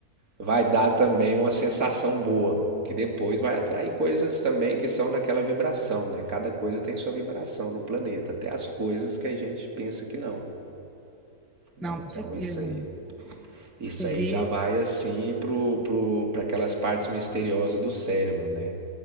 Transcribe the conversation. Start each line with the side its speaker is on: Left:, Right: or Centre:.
Right: vai dar também uma sensação boa, que depois vai atrair coisas também que são naquela vibração, né? Cada coisa tem sua vibração no planeta, até as coisas que a gente pensa que não, né?
Centre: Não,
Right: Então,
Centre: com certeza.
Right: isso aí isso
Centre: Você
Right: aí
Centre: vê.
Right: já vai assim pro, pro, para aquelas partes misteriosas do cérebro, né?